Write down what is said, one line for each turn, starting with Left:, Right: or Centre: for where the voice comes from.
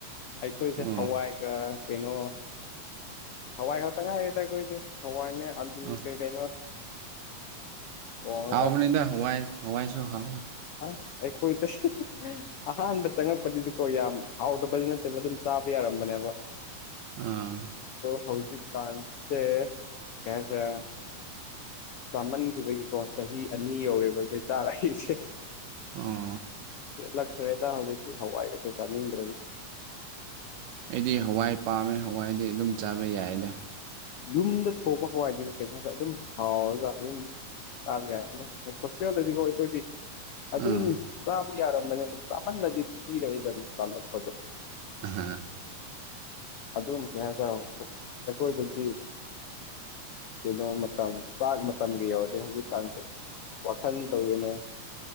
Left: ꯑꯩꯈꯣꯏꯁꯦ
Right: ꯑꯣ
Left: ꯍꯋꯥꯏꯒ ꯀꯩꯅꯣ ꯍꯋꯥꯏ ꯈꯛꯇꯪ ꯉꯥꯏꯔꯦꯗ ꯑꯈꯣꯏꯗꯤ ꯍꯋꯥꯏꯅꯦ ꯑꯂꯨ
Right: ꯑꯣ
Left: ꯀꯩ ꯀꯩꯅꯣ ꯊꯣꯡꯉꯒ
Right: ꯍꯥꯎꯕꯅꯤꯗ ꯍꯋꯥꯏ ꯍꯋꯥꯏꯁꯨ ꯍꯥꯎꯋꯤ
Left: ꯑꯁ ꯑꯩꯈꯣꯏꯗ ꯑꯍꯥꯟꯕ ꯆꯪꯉꯛꯄꯗꯨꯗꯤꯀꯣ ꯌꯥꯝ ꯍꯥꯎꯗꯕꯗꯤ ꯅꯠꯇꯦꯕ ꯗꯨꯝ ꯆꯥꯕ ꯌꯥꯔꯝꯕꯅꯦꯕ
Right: ꯑꯥ
Left: ꯍꯧꯖꯤꯛ ꯀꯥꯟꯁꯦ ꯀꯩ ꯍꯥꯏꯁꯦꯔ ꯆꯥꯃꯟꯈꯤꯕꯒꯤꯀꯣ ꯆꯍꯤ ꯑꯅꯤ ꯌꯧꯔꯦꯕ ꯑꯩꯈꯣꯏ ꯆꯥꯔꯛꯏꯁꯦ
Right: ꯑꯣ
Left: ꯄꯦꯜꯂꯛꯈ꯭ꯔꯦꯗ ꯍꯧꯖꯤꯛꯇꯤ ꯍꯋꯥꯏꯒꯁꯦ ꯆꯥꯅꯤꯡꯗ꯭ꯔꯦꯗ
Right: ꯑꯩꯗꯤ ꯍꯋꯥꯏ ꯄꯥꯝꯃꯦ ꯍꯋꯥꯏꯗꯤ ꯑꯗꯨꯝ ꯆꯥꯕ ꯌꯥꯏꯌꯦꯗ
Left: ꯌꯨꯝꯗ ꯊꯣꯛꯄ ꯍꯋꯥꯏꯗꯤ ꯀꯩꯍꯥꯏ꯭ꯕꯗ ꯑꯗꯨꯝ ꯍꯥꯎꯔꯒ ꯑꯗꯨꯝ ꯆꯥꯕ ꯌꯥꯏ ꯑꯗꯨꯝ ꯍꯣꯁꯇꯦꯜꯗꯗꯤꯀꯣ ꯑꯩꯈꯣꯏꯗꯤ ꯑꯗꯨꯝ
Right: ꯑꯥ
Left: ꯆꯥꯕ ꯌꯥꯔꯝꯕꯅꯦꯅ ꯆꯥꯃꯟꯅꯗꯤ ꯈꯤꯔꯦꯗꯅ ꯇꯜꯂꯛꯄꯗꯣ
Right: ꯑꯥ ꯍꯥꯍꯥ
Left: ꯑꯗꯨꯝ ꯀꯩ ꯍꯥꯏꯇꯥ ꯑꯩꯈꯣꯏꯗꯗꯤ
Right: <inaudible>
Left: ꯀꯩꯅꯣ ꯃꯇꯝ ꯆꯥꯛ ꯃꯇꯝꯒ ꯌꯧꯔꯗꯤ ꯍꯧꯖꯤꯛꯀꯥꯟꯁꯦ ꯑꯁ ꯋꯥꯈꯟ ꯇꯧꯋꯦꯅꯦ